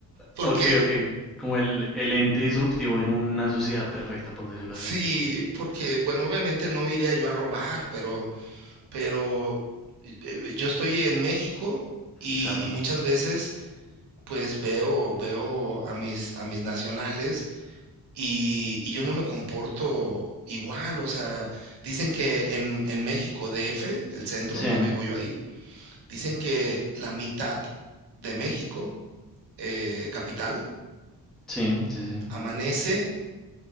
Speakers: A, on the right; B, in the centre.
A: porque,
B: Ok, ok. Como el, el ente disruptivo en una sociedad perfecta, por decirlo
A: sí,
B: así.
A: porque, bueno, obviamente no iría yo a robar, pero, pero eh, yo estoy en México y,
B: Claro.
A: y muchas veces pues veo, veo a mis, a mis nacionales Y y yo no me comporto igual, o sea, dicen que en en México DF, el centro,
B: Sí,
A: no vivo yo ahí, dicen que la mitad de México, eh, capital,
B: sí, sí, sí.
A: amanece